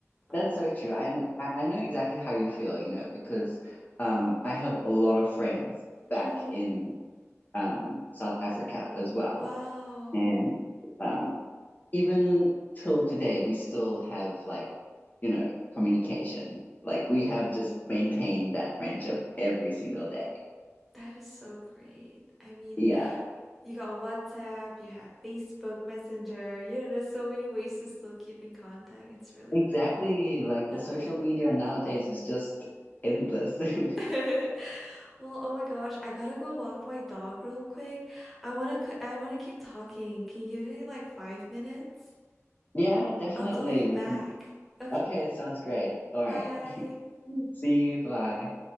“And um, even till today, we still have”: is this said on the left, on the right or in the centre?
Left